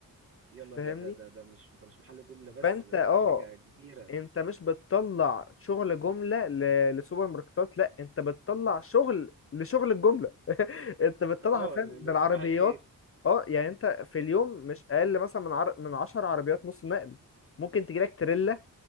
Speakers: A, on the right (about 40°); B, on the left (about 40°).
A: يلا
B: فاهمني
A: ده ده ده ده مش ده مش محل جملة بس
B: فانت
A: ده
B: اه
A: ده حاجة كبيرة
B: انت مش بتطلع شغل جمله ل- لسوبر ماركتات لا انت بتطلع شغل لشغل الجمله <laughs> انت بتطلع
A: اه
B: حرفيا
A: يعني لا-
B: بالعربيات
A: صباح الخير
B: اه يعني انت في اليوم مش اقل مثلا من عر... من 10 عربيات نص نقل ممكن تجيلك تريلا